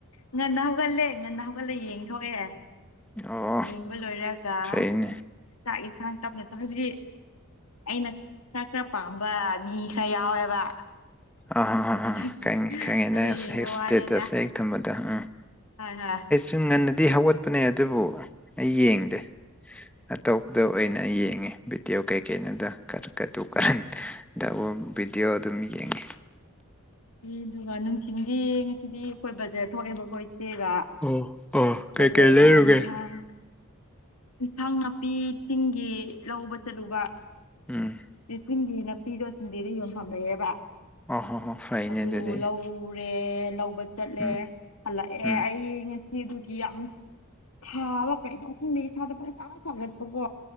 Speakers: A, on the left; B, in the centre.
A: ꯉꯟꯅ ꯍꯧꯒꯠꯂꯦ ꯉꯟꯅ ꯍꯧꯒꯠꯂꯦ ꯌꯦꯡꯊꯣꯛꯑꯦ
B: ꯑꯣ
A: ꯌꯦꯡꯕ ꯂꯣꯏꯔꯒ
B: ꯐꯩꯅꯦ
A: ꯆꯥꯛ ꯌꯦꯟꯁꯥꯡ ꯇꯞꯅ ꯆꯥꯕꯤꯔꯦ ꯑꯩꯅ ꯈꯔ ꯈꯔ ꯄꯥꯝꯕ ꯃꯤ ꯈꯔ ꯌꯥꯎꯋꯦꯕ
B: ꯑꯥꯍ
A: ꯑꯗꯨꯒꯤ
B: ꯑꯥꯥ ꯈꯪꯉꯦ ꯈꯪꯉꯦ
A: ꯑꯗꯨ
B: ꯅꯪ
A: ꯌꯦꯡꯕ
B: ꯁ꯭ꯇꯦꯇꯁꯁꯦ
A: ꯋꯥꯅꯦꯗ
B: ꯍꯦꯛ ꯊꯝꯕꯗ ꯑꯥ
A: ꯍꯣꯏ ꯍꫭꯏ
B: ꯁꯨꯝ ꯉꯟꯅꯗꯤ ꯍꯧꯒꯠꯄꯅꯦ ꯑꯗꯨꯕꯨ ꯑꯩ ꯌꯦꯡꯗꯦ ꯑꯇꯣꯞꯄꯗ ꯑꯣꯏꯅ ꯑꯩ ꯌꯦꯡꯉꯤ ꯚꯤꯗꯤꯑꯣ ꯀꯩꯀꯩꯅꫭꯗ ꯀꯇꯨ ꯀꯥꯔꯟ <unintelligible> ꯚꯤꯗꯤꯑꯣ ꯑꯗꯨꯝ ꯌꯦꯡꯉꯤ
A: ꯑꯗꯨꯒ ꯅꯨꯡꯊꯤꯟꯜꯗꯤ ꯉꯁꯤꯗꯤ ꯀꫭꯏꯕ ꯆꯠꯊꫭꯛꯑꯦꯕꯀꫭ ꯏꯆꯦꯒ
B: ꯑꯣ ꯑꯣ ꯀꯩꯀꯩ
A: ꯕꯖꯔꯗ
B: ꯂꯩꯔꯨꯒꯦ
A: ꯏꯝꯐꯥꯟ ꯑꯦꯟꯁꯥꯡ ꯅꯥꯄꯤ ꯆꯤꯡꯒꯤ ꯂꯧꯕ ꯆꯠꯂꯨꯕ
B: ꯎꯝ
A: ꯁꯤ ꯆꯤꯡꯒꯤ ꯅꯥꯄꯤꯗꯣ ꯁꯟꯗꯦꯗ ꯌꯣꯟꯐꯝ ꯂꯩꯑꯦꯕ
B: ꯑꯣ ꯍꯣ ꯍꯣ ꯐꯩꯅꯦ
A: ꯑꯗꯨ
B: ꯑꯗꯨꯗꯤ
A: ꯂꯧ ꯎꯔꯦ ꯂꯧꯕ ꯆꯠꯂꯦ
B: ꯎꯝ
A: ꯍꯜꯂꯛꯑꯦ
B: ꯎꯝ
A: ꯑꯩ ꯉꯁꯤ ꯁꯤ ꯑꯗꯨꯒꯤ ꯌꯥꯝ ꯊꯥꯕ ꯀꯩꯅꯣ ꯈꯪꯗ ꯏꯁꯥꯗ ꯄꯨꯡꯁꯥ ꯁꯥꯒꯠꯄ ꯀꯣ